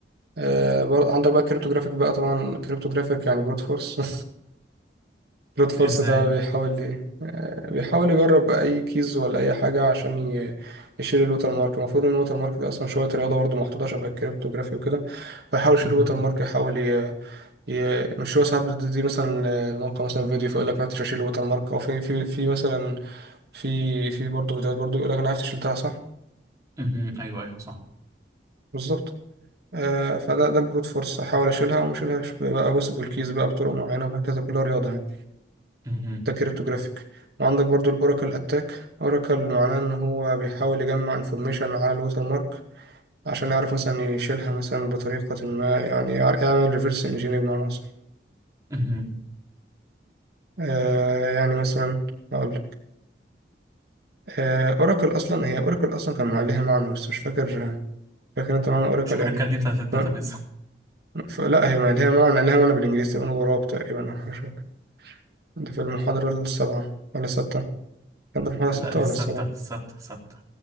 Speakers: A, on the right; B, on the right.
A: آه برضه عندك بقى كريبتوجرافيك بقى طبعا كريبتوجرافيك يعني بروت فورس <laughs> رود فورس
B: ازاي
A: ده بيحاول ي- آه، بيحاول يجرب اي كيز ولا اي حاجه عشان ي- يشيل الوتر مارك المفروض ان الوتر مارك دي اصلا شويه رياضه برضو محطوطه شبه الكريبتوجرافي وكده فيحاول يشيل
B: مهم.
A: الوتر مارك يحاول ي... ي... مش هو ساعات بتدي مثلا الموقع مثلا فيديو فيقول لك ما عرفتش اشيل الوتر مارك او في في في مثلا في في برضو فيديوهات برضو يقول لك انا عرفت شلتها صح
B: مهم. ايوه ايوه صح
A: بالظبط آه فده ده البروت فورس احاول اشيلها وما اشيلهاش بقى بوسب الكيز بقى بطرق معينه وهكذا كلها رياضه يعني
B: مهم.
A: ده كريبتوجرافيك وعندك برضو الاوراكل اتاك اوراكل معناه ان هو بيحاول يجمع انفورميشن على الوتر مارك عشان يعرف مثلا يشيلها مثلا بطريقة ما يعني يع- يعمل ريفرس انجينيرنج بمعنى اصح
B: مهم.
A: آه يعني مثلا هقول آه اوراكل اصلا هي اوراكل اصلا كان عليها معنى بس مش فاكر فاكر انت معنى اوراكل
B: شو الركال
A: يعني ايه
B: دي بتاعت الداتابيز
A: ف- ف- لا هي ما لها معنى لها معنى بالانجليزي تقريبا غراب تقريبا او حاجة شبه كده. ده في المحاضرة السابعة ولا الستة
B: <laughs>
A: كان ده في المحاضرة
B: لا
A: الستة
B: دي الستة
A: ولا السابعة
B: الستة الستة